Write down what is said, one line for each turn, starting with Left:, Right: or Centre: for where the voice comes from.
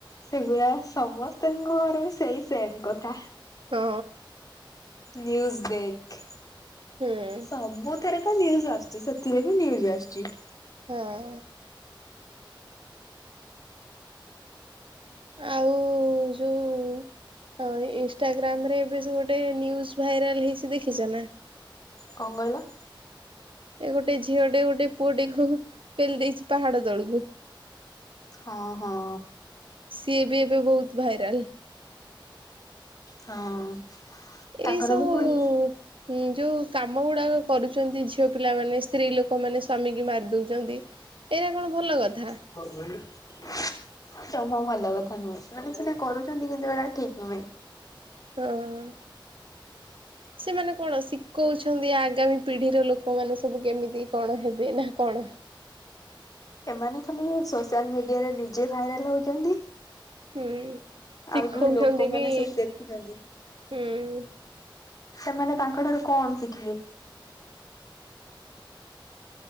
Left: ସେଗୁଡା ସମସ୍ତଙ୍କ ଘର ବି ସେଇ ସେମ କଥା।
Right: ହଁ
Left: ନ୍ୟୁଜ ଦେଖ୍।
Right: ହୁଁ।
Left: ସବୁଥରେ ତ ନ୍ଯୁଜ ଆସିଛି ସେଥିରେ ବି ନ୍ୟୁଜ ଆସିଛି।
Right: ହଁ। ଆଉ ଯୋଉ ଇନଷ୍ଟାଗ୍ରାମ ରେ ଏବେ ଯୋଉ ଗୋଟେ ନ୍ୟୁଜ ଭାଇରାଲ ହେଇଚି ଦେଖିଛ ନା?
Left: କଣ କହିଲ?
Right: ଏ ଗୋଟେ ଝିଅ ଟେ ଗୋଟେ ପୁଅଟେକୁ ପେଲି ଦେଇଛି ପାହାଡ ତଳକୁ।
Left: ହଁ ହଁ।
Right: ସିଏ ବି ଏବେ ବହୁତ ଭାଇରାଲ।
Left: <inaudible> ହଁ। ତାଙ୍କର
Right: ଏଇ ସବୁ
Left: ବି
Right: ଉ
Left: ପୁଣି
Right: ଯୋଉ କାମ ଗୁଡ଼ାକ କରୁଛନ୍ତି ଝିଅ ପିଲାମାନେ, ସ୍ତ୍ରୀ ଲୋକମାନେ ସ୍ୱାମୀକୁ ମାରିଦଉଛନ୍ତି। ଏଇଟା କଣ ଭଲ କଥା?
Left: <inaudible> ଯମା ଭଲ କଥା ନୁହେଁ ମାନେ ସିନା କରୁଛନ୍ତି କିନ୍ତୁ ଏଇଟା ଠିକ ନୁହେଁ।
Right: ଓ ଅ।
Left: <inaudible>
Right: ସେମାନେ କଣ ଶିଖଉଛନ୍ତି ଆଗାମୀ ପିଢିର ଲୋକମାନେ ସବୁ କେମିତି କଣ ହେବେ ନା କଣ?
Left: ଏମାନେ ଖାଲି ସୋସିଆଲ ମିଡିଆ ରେ ନିଜେ ଭାଇରାଲ ହଉଛନ୍ତି।
Right: ହୁଁ ଶିଖଉଛନ୍ତି
Left: ଆଉ ଯୋଉ ଲୋକମାନେ
Right: ବି
Left: ସବୁ ଦେଖୁଛନ୍ତି।
Right: ହୁଁ।
Left: ସେମାନେ ତାଙ୍କ ଠାରୁ କଣ ଶିଖିଲେ?